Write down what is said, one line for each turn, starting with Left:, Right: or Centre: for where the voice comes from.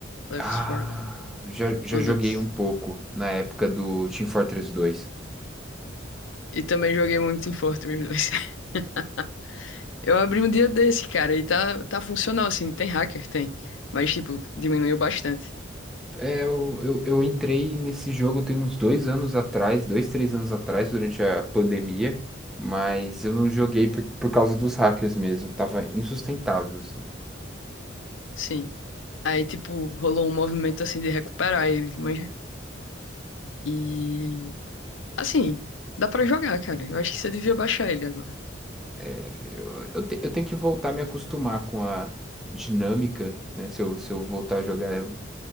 Left: Left
Centre: Ah,
Left: 4 Dead,
Centre: já, já
Left: o
Centre: joguei
Left: dois
Centre: um pouco na época do Team Fortress 2.
Left: E também joguei muito em Fortress dois <laughs> Eu abri um dia desse, cara, e tá, tá funcional, assim. Tem hacker, tem. Mas, tipo, diminuiu bastante.
Centre: É, eu, eu, eu entrei nesse jogo tem uns dois anos atrás, dois, três anos atrás, durante a pandemia, mas eu não joguei por, por causa dos hackers mesmo. Tava insustentável, assim.
Left: Sim. Aí, tipo, rolou um movimento, assim, de recuperar ele, mas... E... Assim, dá pra jogar, cara. Eu acho que você devia baixar ele agora.
Centre: É, eu, eu, te- eu tenho que voltar a me acostumar com a dinâmica, né? Se eu, se eu voltar a jogar o